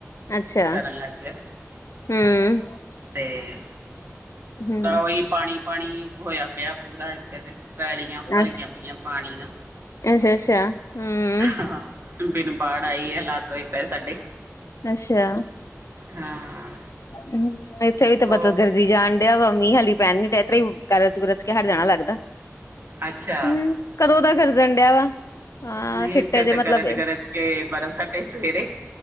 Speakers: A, on the left; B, on the right.
A: ਅੱਛਾ
B: ਕਰਨ ਲੱਗ ਗਿਆ
A: ਹੂੰ
B: ਤੇ।
A: ਹੂੰ
B: ਪੂਰਾ ਉਹੀ ਪਾਣੀ ਪਾਣੀ ਹੋਇਆ ਪਿਆ ਪੂਰਾ ਇੱਥੇ ਤੇ ਪੈਲੀਆਂ ਭਰੀਆਂ
A: ਅੱਛਾ
B: ਪਈਆਂ। ਪਾਣੀ ਨਾ।
A: ਅੱਛਾ ਅੱਛਾ ਹੂੰ
B: ਹਾਂ, ਬਿਨ ਬਾੜ ਆਈ ਹਲਾਤ ਹੋਏ ਪਏ ਸਾਡੇ।
A: ਅੱਛਾ।
B: ਹਾਂ
A: ਹਮ ਇੱਥੇ ਵੀ ਤਾਂ ਬਦਲ
B: ਉਹ
A: ਗਰਜੀ ਜਾਣ ਡਿਆ ਵਾ ਮੀਂਹ ਹਾਲੀ ਪੈਣ ਨੀ ਡਆ ਗਰਜ ਗੁਰਜ ਕੇ ਹਟ ਜਾਣਾ ਲੱਗਦਾ
B: ਅੱਛਾ
A: ਹੂੰ ਕਦੋਂ ਦਾ ਗਿਰਜਣ ਡਿਆ ਵਾ ਹਾਂ
B: ਨਹੀ
A: ਛਿੱਟੇ
B: ਇਥੇ
A: ਜੇ
B: ਤੇ
A: ਮਤਲਬ
B: ਗਰਜ ਗਰਜ ਕੇ ਬਰਸ ਹਟੇ ਸਵੇਰੇ